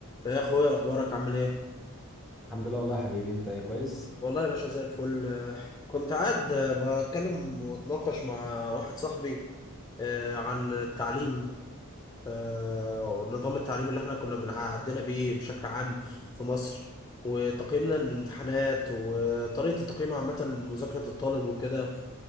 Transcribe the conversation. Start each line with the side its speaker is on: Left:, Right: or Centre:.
Left: يا اخويا اخبارك عامل ايه
Centre: الحمد لله والله يا حبيبي انت ايه كويس
Left: والله يا باشا زي الفل آه، كنت قاعد آه، بتكلم واتناقش مع واحد صاحبي آه، عن التعليم آه، ونظام التعليم اللي احنا كنا بنعدينا بيه بشكل عام في مصر وتقييمنا للامتحانات وطريقة التقييم عامة لمذاكرة الطالب وكده